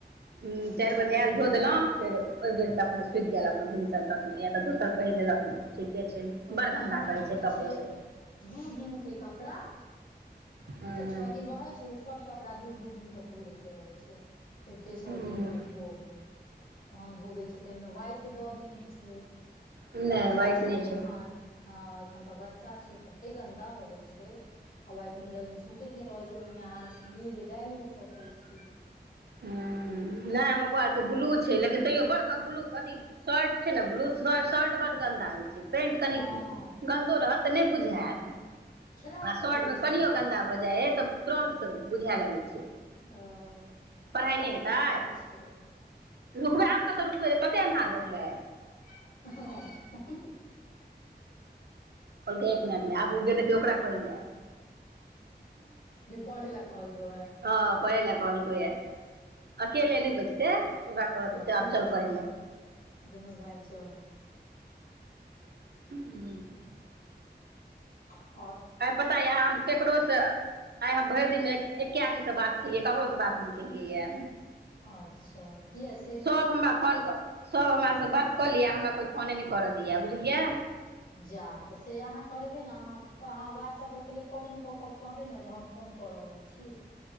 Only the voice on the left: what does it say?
तुरंत
के
हूं
ने
हमरा
सबके
छै
दू दिन के कपड़ा
छअ दिन रहै छै, सब कपड़ा दू-दू दिन का पहिरक रहै छै फेर तेसर
दिन के धोबऊ तहन धोबे छिय ताहिमे वाइट दऽ देने छै
बच्चा
छै
एखन
हँ एखन तऽ बच्चा छै तते गन्दा भऽ जाइ छै आ वाइटमे जल्दी छूटैत नहि रहैत छै ओहिमें अहाँ नील डालि नहि सकैत छी
हँ
खेलाइ
कुदै
छै
ने
ह बच्चा
बच्चे
होइ छै
ह
जे पढ़ै लए कहलकै वैह
तऽ बढ़िआँ
छै
ने
दुनू भाई चल
ह
अच्छा किया से
जा तऽ से अहाँ करबै ने अहाँ अहाँ व्हाट्सअपर पहिले कॉलिंग कऽ कऽ कहबै ने जे हम फोन कऽ रहल छी